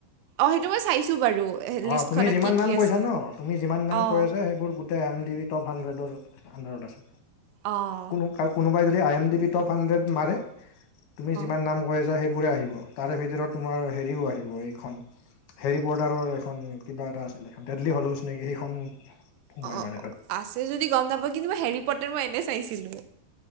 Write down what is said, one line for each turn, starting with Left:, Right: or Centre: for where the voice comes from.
Right: অ', সেইটো মই চাইছো বাৰু। লিষ্টখনত
Left: অ', তুমি যিমান
Right: কি কি
Left: নাম কৈছা
Right: আছে
Left: ন' তুমি যিমান নাম
Right: অ
Left: কৈ আছা সেইবোৰ- এ এম ডি টপ হাণ্ড্ৰেডৰ আণ্ডাৰত আছে।
Right: অ'।
Left: কোন কোনোবাই যদি I M D B top hundred মাৰে। তুমি যিমান
Right: অ
Left: নাম কৈ আছা সেইবোৰে আহিব তাৰে ভিতৰত তোমাৰ হেৰিও আহিব এইখন বৰ্ডাৰৰ এখন কিবা এটা আছিলে ডেড্‌লি হ'লোছ নেকি সেইখন সোমাই
Right: অ',
Left: মানে তাত।
Right: আছে যদি গম নাপাওঁ কিন্তু মই হেৰি প'টাৰ মই এনে চাইছিলো